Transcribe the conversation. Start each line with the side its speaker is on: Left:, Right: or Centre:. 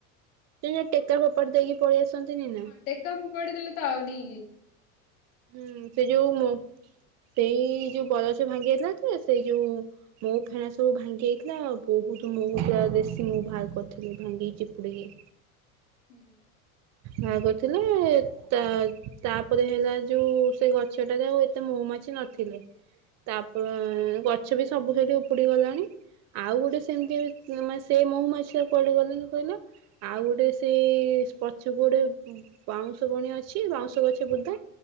Right: ସେ ଯୋଉ
Left: ହଁ
Right: ଟେକା
Left: ବା
Right: ଫୋପାଡି ଦେଇକି ପାଳି ଆସନ୍ତିନି ନା
Left: ହଁ ଟେକା ଫୋପାଡ଼ିଦେଲେ ତ ଆଉରି
Right: ହୁଁ ସେ ଯୋଉ ସେଇ ଯୋଉ ବରଗଛ ଭାଙ୍ଗି ଯାଇଥିଲା ଯେ ସେଇ ଯୋଉ ମହୁଫେଣା ସବୁ ଭାଙ୍ଗି ଯାଇଥିଲା ଆଉ ବହୁତ ମୁହୁ ପୁରା ଦେଶୀ ମହୁ ବାହାର କରିଥିଲି ଭାଙ୍ଗି ଚିପୁଡିକି।
Left: ହୁଁ।
Right: ବାହାର କରିଥିଲି ତା ତାପରେ ହେଲା ଯୋଉ ସେ ଗଛଟା ଯାଉ ଏତେ ମହୁମାଛି ନଥିଲେ। ତାପରେ ଗଛ ବି ସବୁ ସେଇଠି ଉପୁଡି ଗଲାଣି। ଆଉ ଗୋଟେ ସେମିତି ସେଇ ମହୁମାଛିତା କୁଆଡେ ଗଲେଣି କହିଲ। ଆଉ ଗୋଟେ ସେଇ ପଛକୁ ଗୋଟେ ବାଉଁଶ ବଣୀ ଅଛି ବାଉଁଶ ଗଛ ବୁଦା